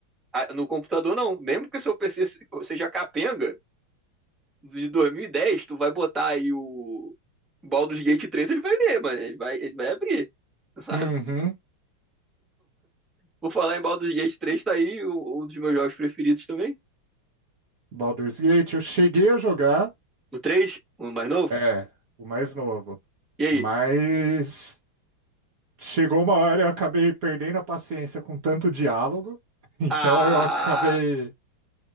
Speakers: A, in the centre; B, on the right.
A: Ah, No computador não. Mesmo que o seu PC se- seja capenga de dois mil e dez tu vai botar aí o Baldur's Gate três ele vai ler, mano. Ele vai, ele vai abrir, <laughs> sabe?
B: Uhum.
A: Por falar em Baldur's Gate três tá aí o- um dos meus jogos preferidos também.
B: Baldur's Gate, eu cheguei a jogar.
A: O três o mais novo.
B: É, o mais novo.
A: E aí?
B: Mas chegou uma hora eu acabei perdendo a paciência com tanto diálogo, <laughs> então
A: Ah,
B: eu acabei